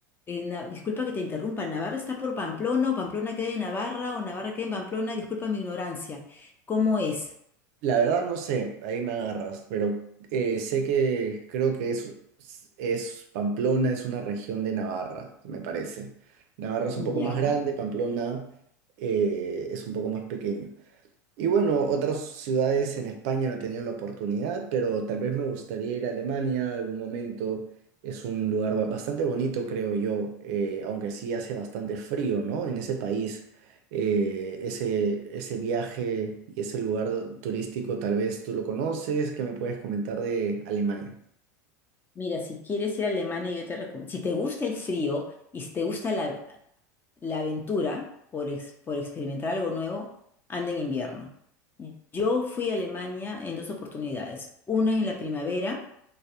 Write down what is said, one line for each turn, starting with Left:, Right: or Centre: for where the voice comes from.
Left: Eh, Na- disculpa que te interrumpa, ¿Navarra está por Pamplona o Pamplona queda en Navarra o Navarra queda en Pamplona? Disculpa mi ignorancia. ¿Cómo es?
Right: La verdad no sé, ahí me agarras, pero eh, sé que creo que es, es Pamplona, es una región de Navarra, me parece. Navarra es un
Left: Ya.
Right: poco más grande, Pamplona eh, es un poco más pequeño. Y bueno, otras ciudades en España no he tenido la oportunidad, pero tal vez me gustaría ir a Alemania algún momento. Es un lugar ba- bastante bonito, creo yo, eh, aunque sí hace bastante frío, ¿no? En ese país, eh, ese, ese viaje y ese lugar turístico, tal vez tú lo conoces. ¿Qué me puedes comentar de Alemania?
Left: Mira, si quieres ir a Alemania, yo te recomiendo. Si te gusta el frío y si te gusta la, la aventura por, ex- por experimentar algo nuevo, anda en invierno. Yo fui a Alemania en dos oportunidades. Una en la primavera